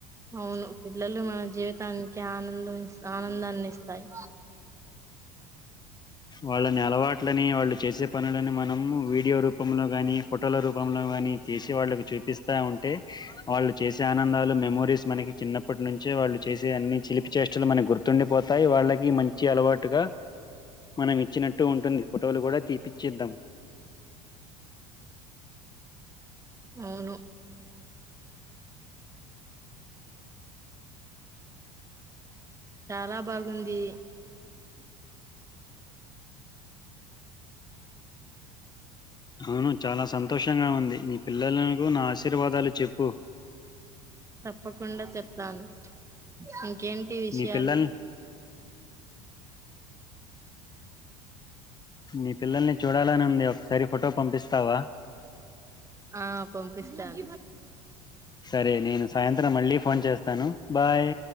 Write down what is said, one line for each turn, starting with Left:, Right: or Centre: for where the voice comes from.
Right: అవును పిల్లలు మన జీవితానికి ఆనందం ఇస్త ఆనందాన్ని ఇస్తాయి
Left: వాళ్ళని అలవాట్లని వాళ్ళు చేసే పనులని మనం వీడియో రూపంలో గాని ఫోటోల రూపం లో కాని చేసి వాళ్ళకి చూపిస్తా ఉంటే వాళ్ళు చేసే ఆనందాలు మెమోరీస్ మనకి చిన్నప్పటి నుంచే వాళ్ళు చేసే అన్ని చిలిపి చేష్టలు మనకి గుర్తుండిపోతాయి వాళ్ళకి మంచి వచ్చి అలవాటుగా మనం ఇచ్చినట్టు ఉంటుంది ఫోటోలు కూడా తీపిచ్చిద్దాం
Right: అవును చాలా బాగుంది
Left: అవును చాలా సంతోషంగా ఉంది నీ పిల్లలకు నా ఆశీర్వాదాలు చెప్పు
Right: తప్పకుండా చెప్తాను ఇంకేంటి విషయాలు
Left: నీ పిల్లల్ మీ పిల్లల్ని చూడాలని ఉంది ఒకసారి ఫోటో పంపిస్తావా
Right: ఆ పంపిస్తాను
Left: సరే నేను సాయంత్రం మళ్ళీ ఫోన్ చేస్తాను బాయ్